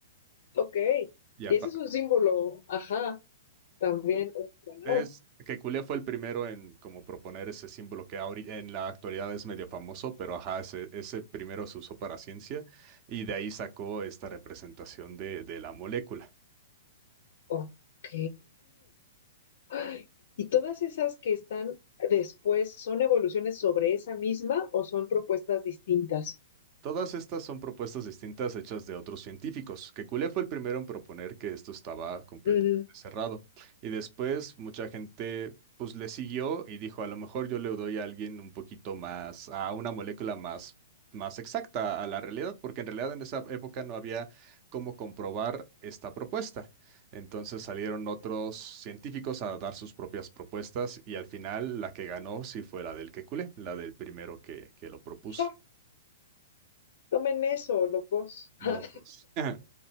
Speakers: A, on the left; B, on the right.
A: ok.
B: Y aparte,
A: Y ese es un símbolo, ajá, también. Oh, wow.
B: es que Cule fue el primero en como proponer ese símbolo que ahori- en la actualidad es medio famoso, pero ajá, ese, ese primero se usó para ciencia y de ahí sacó esta representación de de la molécula.
A: Ok. Ay, ¿Y todas esas que están después son evoluciones sobre esa misma o son propuestas distintas?
B: Todas estas son propuestas distintas hechas de otros científicos. Que Kekulé fue el primero en proponer que esto estaba completamente
A: Mm,
B: cerrado. Y después mucha gente pues le siguió y dijo, a lo mejor yo le doy a alguien un poquito más, a una molécula más, más exacta a la realidad, porque en realidad en esa época no había cómo comprobar esta propuesta. Entonces salieron otros científicos a dar sus propias propuestas y al final la que ganó sí fue la del que Kekulé, la del primero que, que lo propuso.
A: ja, tomen eso, locos.
B: Locos.
A: Ja,
B: Ajá.